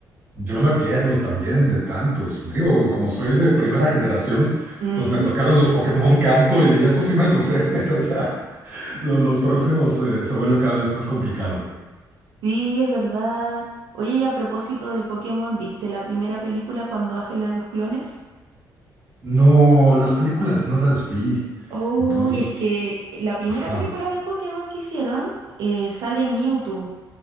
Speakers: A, on the right; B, on the right.
A: yo me pierdo también de tantos. Digo, como soy de primera generación,
B: Mm,
A: pues me tocaron los Pokémon Canto y eso sí me lo sé, <laughs> pero ya lo- los próximos eh, se vuelve cada vez más complicado.
B: Sí, es verdad. Oye, y a propósito de Pokémon, ¿viste la primera película cuando hacen a los clones?
A: No, las películas no las vi.
B: Oh,
A: Entonces,
B: y es que la primera
A: ajá,
B: película de Pokémon que hicieron eh, sale Mewtwo.